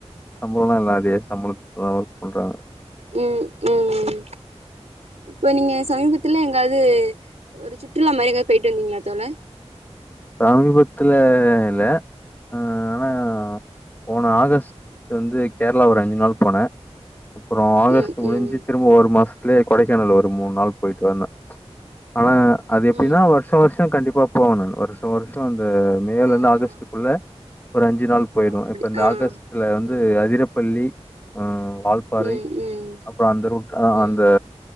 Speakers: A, on the left (about 15°); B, on the right (about 80°).
A: சம்பளம்ல்ல அதே சம்பள சொல்றாங்க
B: உம் உம் இப்ப நீங்க சமீபத்துல எங்காவது ஒரு சுற்றுலா மாரி ஏதாவது போயிட்டு வந்தீங்களா தோழா
A: சமீபத்துல இல்ல ஆ ஆனா போன ஆகஸ்ட் வந்து கேரளா ஒரு அஞ்சு நாள் போனே அப்புறோ ஆகஸ்ட்
B: ம்
A: முடிஞ்சு
B: ம்
A: திரும்ப ஒரு மாச த்திலே கொடைக்கானல் ஒரு மூணு நாள் போயிட்டு வந்தே ஆனா அது எப்டின்னா
B: ம்
A: வருஷா வருஷ கண்டிப் பா போகணு வருஷா வருஷோ இந்த மே
B: ஆ
A: ல
B: ஆ
A: இருந்து ஆகஸ்ட்டுக்குள்ள ஒரு அஞ்சு நாள் போயிருவோ
B: ஓ அப்டி
A: இப்ப இந்த
B: ஆ
A: ஆகஸ்ட்ல வந்து
B: ம்
A: அதிரப்பள்ளி ஆஹ் வால்பாறை
B: ம் ம் ம்
A: அப்பற அந்த ரூட் ஆ
B: ம்
A: அந்த